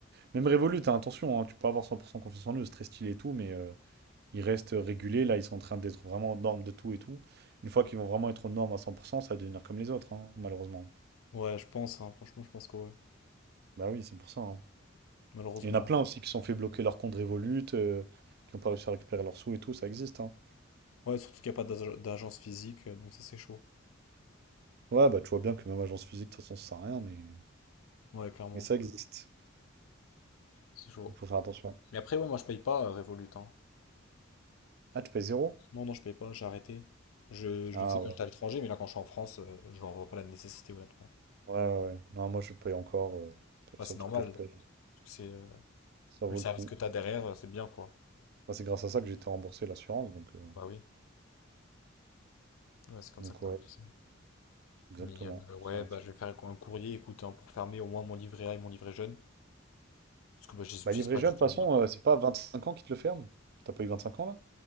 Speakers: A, on the right; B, on the left.
A: Même Revolut, hein, attention, hein, tu peux avoir 100% confiance en eux, c'est très stylé et tout, mais euh, ils restent régulés, là, ils sont en train d'être vraiment aux normes de tout et tout. Une fois qu'ils vont vraiment être aux normes à 100%, ça va devenir comme les autres, hein, malheureusement.
B: Ouais, je pense, hein, franchement, je pense que ouais,
A: Bah oui, c'est pour ça. hein.
B: malheureusement.
A: Il y en a plein aussi qui se sont fait bloquer leur compte Revolut, euh, qui n'ont pas réussi à récupérer leurs sous et tout, ça existe, hein.
B: Ouais, surtout qu'il n'y a pas d'ag- d'agence physique, euh, donc ça, c'est chaud.
A: Ouais, bah tu vois bien que même agence physique, de toute façon, ça sert à rien, mais,
B: Ouais, clairement,
A: mais ça existe.
B: c'est chaud.
A: Il faut faire attention.
B: Mais après, ouais, moi, je paye pas euh, Revolut, hein.
A: Ah, tu payes zéro?
B: Non, non, je paye pas, j'ai arrêté. Je, je
A: Ah
B: le faisais quand
A: ouais.
B: j'étais à l'étranger, mais là, quand je suis en France, euh, je n'en vois pas la nécessité, honnêtement.
A: Ouais, ouais, ouais. Non, moi je paye encore. euh, c'est
B: Enfin,
A: le seul
B: c'est normal,
A: truc que je paye.
B: C'est euh,
A: Ça vaut
B: le service
A: le coup.
B: que tu as derrière, euh, c'est bien quoi.
A: Bah, c'est grâce à ça que j'ai été remboursé l'assurance, donc, euh,
B: Bah oui, ouais, c'est comme
A: donc
B: ça que tu
A: ouais,
B: as remboursé.
A: exactement.
B: Mais euh, ouais,
A: Ça va
B: bah
A: être super.
B: je vais faire un courrier, écoute, hein, pour fermer au moins mon livret A et mon livret jeune. Parce que bah, je les utilise
A: Bah livré
B: pas
A: jeune,
B: du tout.
A: de toute façon, euh, c'est pas 25 ans qui te le ferme. T'as pas eu 25 ans là?